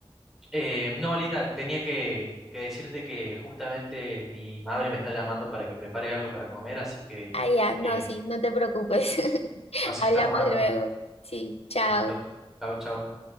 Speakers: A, in the centre; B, on the left.
A: eh, no, Linda, tenía que, que decirte que justamente mi madre me está llamando para que prepare algo para comer, así que
B: ah, ya, no,
A: eh,
B: sí, no te preocupes. <laughs>
A: nos
B: Hablamos
A: estamos hablando.
B: luego. Sí, chao.
A: Listo. Chao, chao.